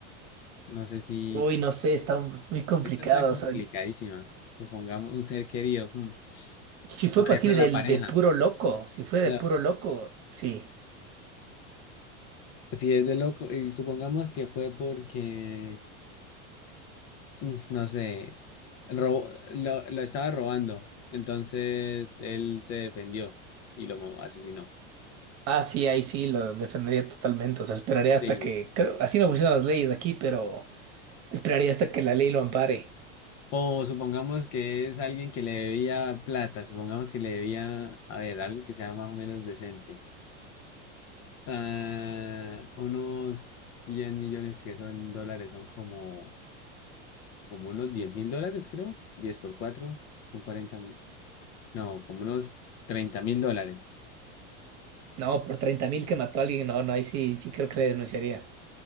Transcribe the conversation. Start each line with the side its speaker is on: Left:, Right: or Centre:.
Left: No sé si...
Right: Uy, no sé, está muy complicado.
Left: Esta está complicadísima.
Right: O sea,
Left: Supongamos un ser querido, mm,
Right: Si fue
Left: por
Right: posible
Left: ejemplo, la
Right: de,
Left: pareja.
Right: de puro loco, si fue de
Left: Claro,
Right: puro loco, sí.
Left: si es de loco, y supongamos que fue porque, mm, no sé, ro- lo, lo estaba robando, entonces él se defendió y lo mo- asesinó.
Right: Ah, sí, ahí sí lo defendería totalmente. O sea, esperaría hasta
Left: Sí.
Right: que, creo, así no funcionan las leyes aquí, pero esperaría hasta que la ley lo ampare.
Left: O supongamos que es alguien que le debía plata, supongamos que le debía, a ver, algo que sea más o menos decente. Ah, unos 100 millones que son dólares, son como, como unos 10 mil dólares, creo, 10 por 4 son 40 mil, no, como unos 30 mil dólares.
Right: No, por treinta mil que mató a alguien, no, no, ahí sí, sí creo que le denunciaría.